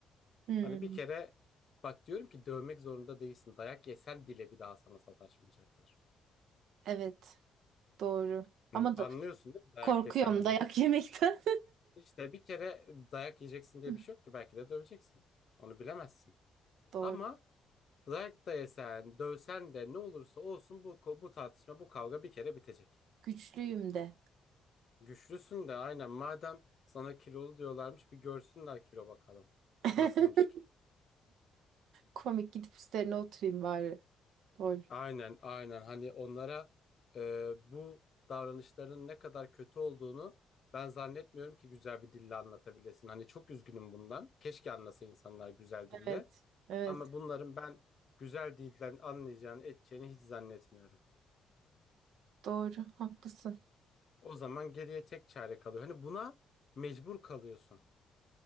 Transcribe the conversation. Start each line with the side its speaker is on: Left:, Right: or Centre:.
Right: Hmm,
Left: Hani bir kere bak diyorum ki dövmek zorunda değilsin. Dayak yesen bile bir daha sana sataşmayacaklar.
Right: Evet, doğru.
Left: Hani
Right: Ama
Left: Anlıyorsun
Right: da
Left: değil mi? Dayak
Right: korkuyorum
Left: yesen bile.
Right: dayak yemekten.
Left: İşte bir kere dayak yiyeceksin diye
Right: <laughs>
Left: bir şey yok ki. Belki de döveceksin. Onu bilemezsin.
Right: Doğru.
Left: Ama Like da yesen, dövsen de ne olursa olsun bu, ko- bu tartışma, bu kavga bir kere bitecek.
Right: Güçlüyüm de.
Left: Güçlüsün de aynen madem sana kilolu diyorlarmış bir görsünler kilo bakalım.
Right: <laughs>
Left: Nasılmış kilo?
Right: Komik gidip üstlerine oturayım bari. Lol.
Left: Aynen aynen hani onlara e, bu davranışlarının ne kadar kötü olduğunu ben zannetmiyorum ki güzel bir dille anlatabilesin. Hani çok üzgünüm bundan. Keşke anlasa insanlar güzel
Right: Evet.
Left: dille.
Right: Evet.
Left: Ama bunların ben güzel dilden anlayacağını, edeceğini hiç zannetmiyorum.
Right: Doğru, haklısın.
Left: O zaman geriye tek çare kalıyor. Hani buna mecbur kalıyorsun.